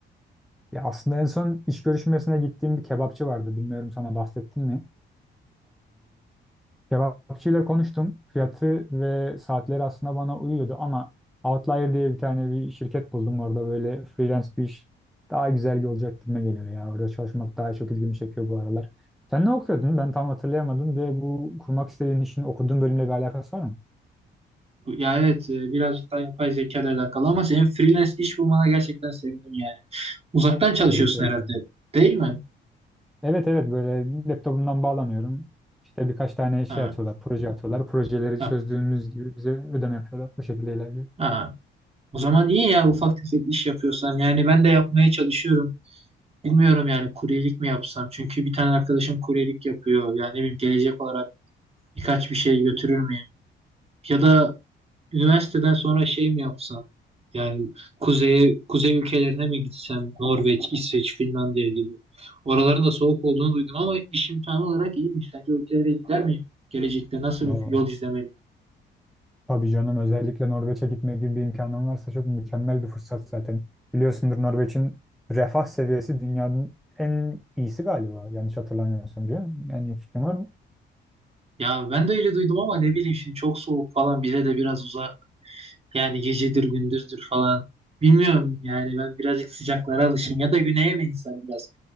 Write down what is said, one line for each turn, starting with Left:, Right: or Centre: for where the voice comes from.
Centre: Ya aslında en son iş görüşmesine gittiğim bir kebapçı vardı. Bilmiyorum sana bahsettim mi? Kebapçıyla konuştum. Fiyatı ve saatleri aslında bana uyuyordu ama Outlier diye bir tane bir şirket buldum. Orada böyle freelance bir iş daha güzel olacak gibime geliyor ya. Orada çalışmak daha çok ilgimi çekiyor bu aralar. Sen ne okuyordun? Ben tam hatırlayamadım ve bu kurmak istediğin işin okuduğun bölümle bir alakası var mı?
Right: Yani evet e, birazcık daha yapay zeka ile alakalı ama senin freelance iş bulmana gerçekten sevindim yani. Uzaktan çalışıyorsun
Centre: Teşekkür ederim.
Right: herhalde değil mi?
Centre: Evet evet böyle laptopumdan bağlanıyorum. İşte birkaç tane şey
Right: Ha,
Centre: atıyorlar, proje atıyorlar. Projeleri
Right: ha,
Centre: çözdüğümüz gibi bize ödeme yapıyorlar. Bu şekilde ilerliyor.
Right: ha. O zaman iyi ya ufak tefek iş yapıyorsan. Yani ben de yapmaya çalışıyorum. Bilmiyorum yani kuryelik mi yapsam? Çünkü bir tane arkadaşım kuryelik yapıyor. Yani ne bileyim gelecek olarak birkaç bir şey götürür müyüm? Ya da Üniversiteden sonra şey mi yapsam? Yani kuzeye, kuzey ülkelerine mi gitsem? Norveç, İsveç, Finlandiya gibi. Oraların da soğuk olduğunu duydum ama iş imkanı olarak iyiymiş. Sence o ülkelere gider miyim? Gelecekte nasıl
Centre: Oo.
Right: bir yol izlemeliyim?
Centre: Tabii canım özellikle Norveç'e gitme gibi bir imkanım varsa çok mükemmel bir fırsat zaten. Biliyorsundur Norveç'in refah seviyesi dünyanın en iyisi galiba. Yanlış hatırlamıyorsam diyor. Yani iyi fikrim var mı?
Right: Ya ben de öyle duydum ama ne bileyim şimdi çok soğuk falan bize de biraz uza, Yani gecedir gündüzdür falan. Bilmiyorum yani ben birazcık sıcaklara alışım ya da güneye mi insan biraz